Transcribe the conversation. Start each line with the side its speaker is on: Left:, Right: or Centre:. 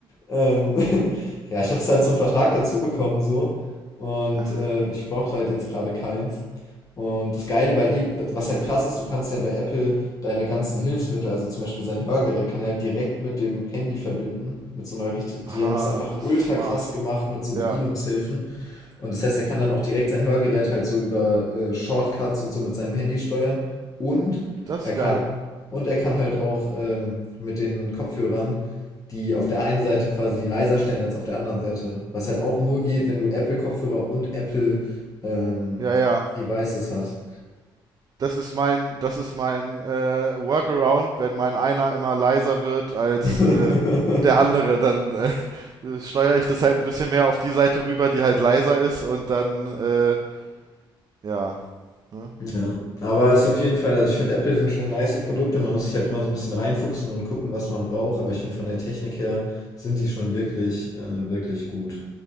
Left: ähm, <laughs> ja, ich habe es halt zum Vertrag dazu bekommen so und
Right: Ah,
Left: äh, ich brauchte halt jetzt gerade keins. Und das Geile bei ihm, was halt krass ist, du kannst ja bei Apple deine ganzen Hilfsmittel, also zum Beispiel sein Hörgerät, kann er halt direkt mit dem Handy verbinden, mit so einer richtig,
Right: ah,
Left: die haben das einfach
Right: das
Left: ultra
Right: ist smart.
Left: krass gemacht mit so
Right: Ja,
Left: Bedienungshilfen. Und das heißt, er kann dann auch direkt sein Hörgerät halt so über äh, Shortcuts und so mit seinem Handy steuern. Und
Right: das
Left: er
Right: ist
Left: kann,
Right: geil.
Left: und er kann halt auch ähm, mit den Kopfhörern die auf der einen Seite quasi leiser stellen als auf der anderen Seite. Was halt auch nur geht,
Right: Hm,
Left: wenn du Apple-Kopfhörer und Apple ähm,
Right: Ja, ja.
Left: Devices hast.
Right: das ist mein, das ist mein äh, Workaround, wenn mein einer immer leiser wird als
Left: <laughs>
Right: äh, der andere, dann äh, <laughs> steuere ich das halt ein bisschen mehr auf die Seite rüber, die halt leiser ist und dann, äh, ja, ne?
Left: ja, aber es ist auf jeden Fall, also ich finde Apple sind schon nice Produkte, man muss sich halt immer so ein bisschen reinfuchsen und gucken, was man braucht, aber ich finde von der Technik her sind die schon wirklich, äh, wirklich gut.